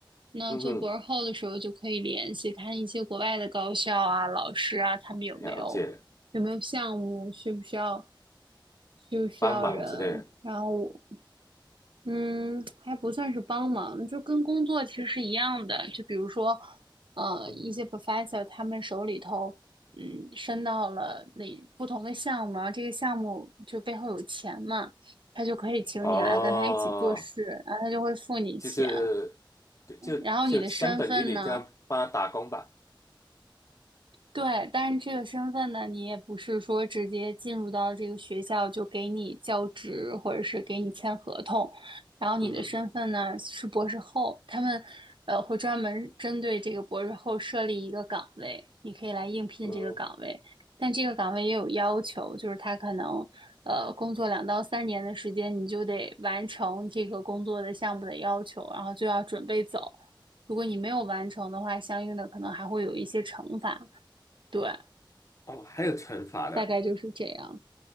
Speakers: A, on the right; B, on the left.
A: 那做博后的时候就可以联系看一些国外的高校啊、
B: 嗯哼，
A: 老师啊，他们有没有有没有项目，
B: 了解，
A: 需不需要需不需要人，
B: 帮忙之类的，
A: 然后。嗯，还不算是帮忙，就跟工作其实是一样的。就比如说，呃，
B: 嗯，
A: 一些 professor 他们手里头，嗯，伸到了那不同的项目，然后这个项目就背后有钱嘛，他就可以请你来跟他一起做事，
B: 哦，
A: 然后他就会付你钱。
B: 就是对就就相等于你这样帮他打工吧，
A: 然后你的身份呢？对，但是这个身份呢，你也不是说直接进入到这个学校就给你教职，或者是给你签合同。然后你的身份呢是博士后，
B: 嗯哼
A: 他们呃会专门针对这个博士后设立一个岗位，你可以来应聘这个岗位。
B: 嗯，
A: 但这个岗位也有要求，就是他可能呃工作两到三年的时间，你就得完成这个工作的项目的要求，然后就要准备走。如果你没有完成的话，相应的可能还会有一些惩罚。对，
B: 哦，还有惩罚的。
A: 大概就是这样。